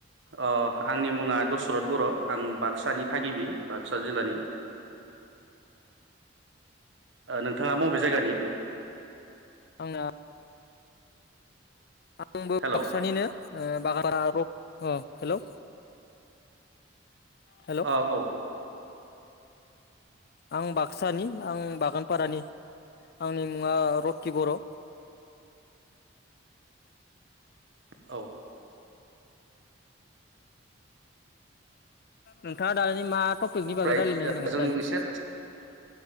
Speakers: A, on the right; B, on the left.
A: अह आंनि मुङा दसरथ बर आं बाक्सानि थागिबि बाक्सा जिल्लानि नोंथाङा बबे जायगानि
B: आंना आंबो
A: हेलौ
B: बाक्सानिनो <unintelligible> रड अह हेलौ हेलौ
A: अ औ
B: आं बाक्सा नि आं बागानपारानि आंनि मुङा रक्कि बर'
A: औ
B: नोंथाङा दानि मा टपिकनि
A: ओमफ्राय
B: बागै रायलायनो होनदोंमोन
A: जों
B: दानि
A: एसे